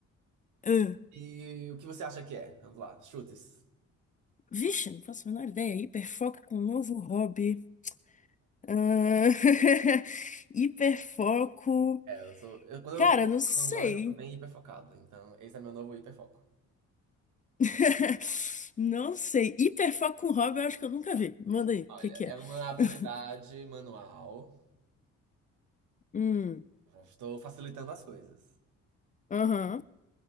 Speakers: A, on the left; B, on the right.
A: Ah,
B: E o que você acha que é? Vamos lá, chutes.
A: Vixe, não faço a menor ideia. Hiperfoco com um novo hobby. Ah, <laughs> Hiperfoco.
B: É, eu sou. eu- quando
A: Cara,
B: eu foco
A: não
B: em
A: sei.
B: alguma coisa, eu tô bem hiperfocado. Então, esse é meu novo hiperfoco.
A: <laughs> Não sei. Hiperfoco com hobby, eu acho que eu nunca vi. Manda aí, o
B: Olha,
A: que que é?
B: é uma habilidade
A: <laughs>
B: manual.
A: Hum,
B: Estou facilitando as coisas.
A: aham.